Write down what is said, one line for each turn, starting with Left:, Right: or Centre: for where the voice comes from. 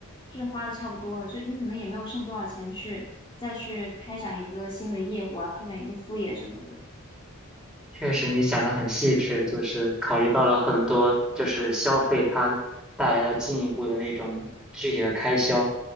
Left: 就是花的差不多了，就你可能也没有剩多少钱去再去开展一个新的业务啊，开展一个副业什么的。
Centre: 确实，你想的很细致，就是考虑到了很多，就是消费它带来了进一步的那种具体的开销。